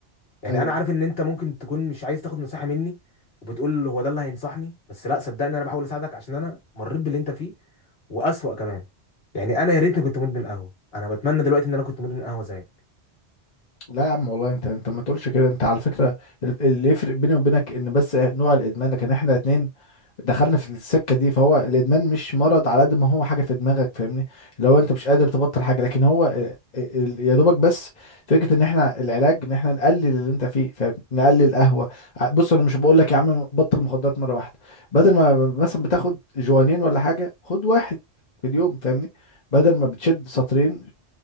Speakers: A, on the left; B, on the left.
A: يعني
B: ايوه
A: انا عارف ان انت ممكن تكون مش عايز تاخد نصيحه مني وبتقول هو ده اللي هينصحني بس لا صدقني انا بحاول اساعدك عشان انا مريت باللي انت فيه واسوأ كمان يعني انا يا ريتني كنت مدمن قهوه انا بتمنى دلوقتي ان انا كنت مدمن قهوه زيك
B: لا يا عم والله انت انت ما تقولش كده انت على فكره ال- اللي يفرق بيني وبينك ان بس نوع الادمان لكن احنا اتنين دخلنا في السكه دي فهو الادمان مش مرض على قد ما هو حاجه في دماغك فاهمني لو انت مش قادر تبطل حاجه لكن هو ال- ال- يا دوبك بس فكره ان احنا العلاج ان احنا نقلل اللي انت فيه فاهم نقلل قهوه ع- بص انا مش بقول لك يا عم بطل مخدرات مره واحده بدل ما مثلا بتاخد جوانين ولا حاجه خد واحد في اليوم فاهمني بدل ما بتشد سطرين